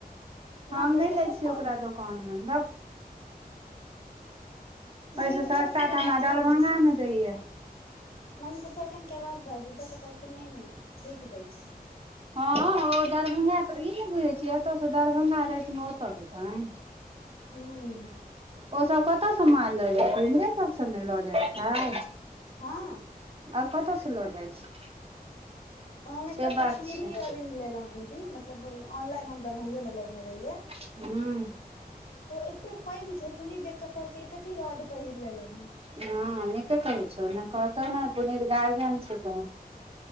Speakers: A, on the left; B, on the right.
A: माँ
B: हम
A: कहलकै
B: नै लै
A: सस्ता
B: छियै ओकरा
A: देलकै
B: दोकान मे भक
A: मम्मी
B: ओहिसँ
A: पुछैसनि
B: सस्ता
A: कैलाश
B: तऽ हमरा दरभंगा
A: भाईजीसँ
B: मे दैया
A: मम्मी पुछलखिन कैलाश भाईजी स तऽ कहलखिन नै नै ठीक दै छै
B: हँ ओ दरभंगासॅं ई नै बुझै छियै एतयसँ दरभंगा रातिमे ओतऽ जेतैन
A: हूॅं
B: ओ सब कतऽ स माल लऽ जाइ छै हमरे सब स नै लऽ जाइ छै
A: हँ
B: और कतय से लऽ जाइ छै
A: हम एकटा
B: से
A: कश्मीरी
B: बात छै
A: इयर रिंग लेलहुँं दीदी मतलब ऑनलाइन हम दरभंगे मे लेने रहियै
B: हूं
A: ओ एतै पैघ छै पुनी देख कऽ कहलक ई कथी रोड पहिर लेलहु हें
B: हँ नीके कहै छौ कहतौ ने पुनीत गार्जियन छ त